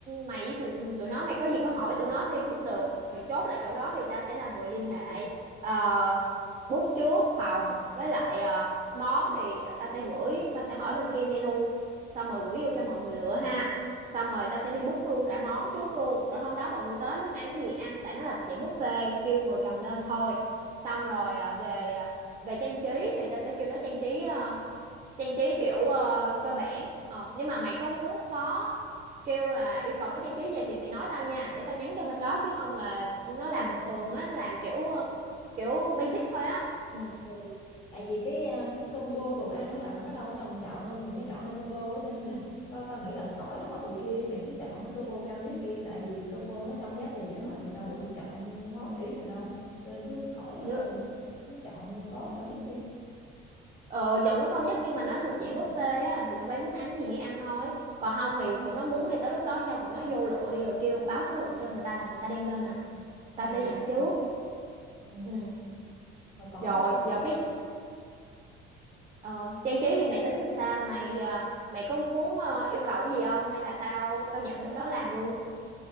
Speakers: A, on the right; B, on the left.
A: mày với tụi, tụi nó mày có gì có hỏi tụi nó thêm cũng được rồi chốt lại chỗ đó thì tao sẽ là người liên hệ Ờ, book trước phòng với lại ờ, món thì tao sẽ gửi tao sẽ hỏi bên kia menu xong rồi gửi vô cho mọi người lựa ha xong rồi tao sẽ đi book luôn cả món trước luôn rồi hôm đó mọi người tới muốn ăn gì ăn tại nó là dạng buffet kêu người cầm lên thôi xong rồi ờ, về ờ, về trang trí thì ta sẽ kêu nó trang trí ờ, trang trí kiểu ờ, cơ bản ờ, nhưng mà mày có muốn có kêu là yêu cầu nó trang trí gì thì mày nói tao nha để tao nhắn cho bên đó chứ không là nó làm bình thường á làm kiểu ờ, kiểu basic thôi á ừ
B: Ừ. Tại vì cái à, cái combo đồ ăn á là nó đâu có cho mình chọn đâu, mình phải chọn theo combo á, cho nên là <laughs> tao tao nghĩ là khỏi hỏi tụi kia đi mày cứ chọn cái combo cao nhất đi tại vì combo nó trong giá tiền nó hết rồi, mình đâu có được chọn món theo ý mình đâu. Cho nên cứ khỏi
A: được
B: hỏi tụi nó, cứ chọn gói cao nhất đi.
A: ờ, chọn có cao nhất nhưng mà nó thuộc dạng buffet á thì tụi bay muốn ăn gì thì ăn thôi còn không thì tụi nó muốn thì tới lúc đó cho tụi nó vô lựa đi rồi kêu báo số lượng cho người ta là người ta đem lên à tao
B: Ừ.
A: sẽ dặn
B: Rồi,
A: trước
B: ừ.
A: ừ
B: Rồi còn
A: rồi
B: cái trang trí
A: rồi cái
B: đó
A: Ờ, trang trí thì mày tính làm sao mày ờ, mày có muốn ờ, yêu cầu gì không hay là tao tao dặn bên đó làm luôn